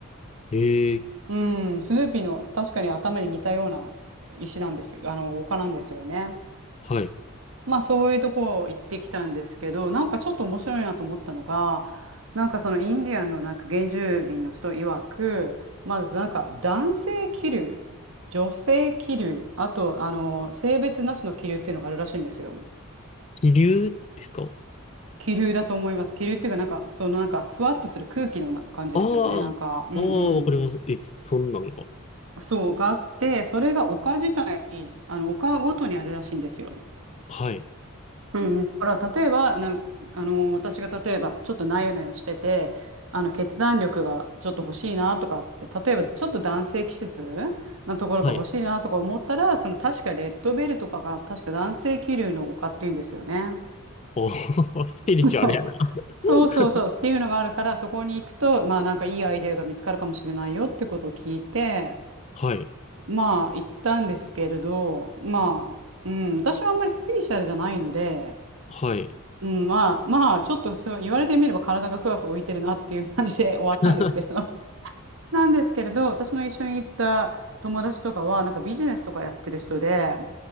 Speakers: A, on the left (about 30°); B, on the right (about 65°).
A: ええ、
B: うん、スヌーピーの確かに頭に似たような石なんですよ。あの、丘なんですよね。
A: はい。
B: まあそういうとこ行ってきたんですけど、なんかちょっと面白いなと思ったのが、なんかそのインディアンのなんか原住民の人曰く、まずなんか男性気流、女性気流、あとあの性別なしの気流っていうのがあるらしいんですよ。
A: 気流ですか
B: 気流だと思います。気流っていうかなんかそのなんかふわっとする空気のな感じですよね。
A: ああ、
B: なんか、
A: ああ、
B: うんうん。
A: わかります。え、そんなんが。
B: そう、があって、それが丘自体に、あの、丘ごとにあるらしいんですよ。
A: はい。
B: うん。だから、例えば、なん、あの、私が例えば、ちょっとなよなよしてて、あの、決断力がちょっと欲しいなとかって、例えば、ちょっと男性気質なところが欲しいなとか思ったら、
A: はい。
B: その、確かレッドベルとかが、確か男性気流の丘っていうんですよね。
A: おー <laughs> スピリチュアルやな。
B: <laughs> そう。
A: <laughs>
B: そうそうそうっていうのがあるから、そこに行くと、まあ、なんかいいアイデアが見つかるかもしれないよってことを聞いて、
A: はい。
B: まあ、行ったんですけれど、まあ、うん、私はあんまりスピリチュアルじゃないので、
A: はい。
B: うん、まあ、まあ、ちょっとそう言われてみれば体がふわふわ浮いてるなっていう感じで終わったんですけれど。
A: <laughs>
B: <laughs> なんですけれど、私の一緒に行った友達とかは、なんかビジネスとかやってる人で、